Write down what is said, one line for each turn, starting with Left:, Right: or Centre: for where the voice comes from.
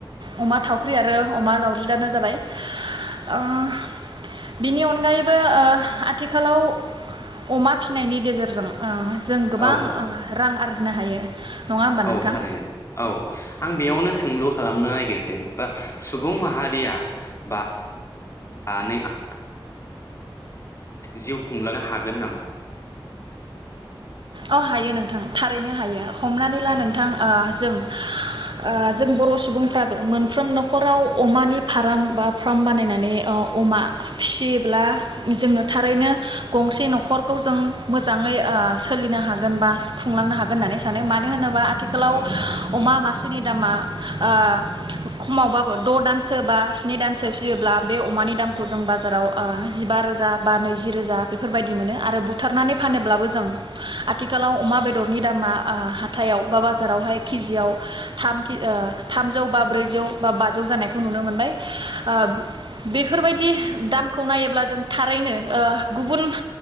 Right: अमा थावख्रि आरो अमा लावज्रिदानो जाबाय। ओह बिनि अनगायैबो ओ आथिखालाव अमा फिनायनि गेजेरजों ओ जों गोबां
Left: औ
Right: ओह रां आर जिनो हायो नङा होमबा नोंथां
Left: औ थारैनो औ आं बेयावनो सोंलु खालामनो नायगिरदों बा सुबुं माहारिया बा <unintelligible> जिउ खुंलांनो हागोन नामा?
Right: औ हायो नोंथां थारैनो हायो। हमनानै
Left: औ
Right: ला नोंथां ओ जों ओ जों बर' सुबुंफ्राबो मोनफ्रोम न'खराव अमानि फाराम बा फार्म बानायनानै ओ अमा फिसियोब्ला जोङो थारैनो गंसे न'खरखौ जों मोजाङै ओ सोलिनो हागोन बा खुंलांनो हागोन होननानै सानो मानो होनोबा आ थिखालाव
Left: औ
Right: अमा मा सेनि दामा ओ खमावबाबो द' दानसो बा स्नि दानसो फियोब्ला बे अमानि दामखौ जों बाजाराव ओ जिबा रोजा बा नैजि रोजा बेफोरबायदि मोनो आरो बुथारनानै फानोब्लाबो जों आथिखालाव अमा बेदरनि दामा ओ हाथायाव बा बाजारावहाय केजियाव थामिकि ओ थामजौ बा ब्रैजौ बा बाजौ जानायखौ नुनो मोनबाय ओ बेफोरबायदि दामखौ नायोब्ला जों थारैनो ओह गुबुन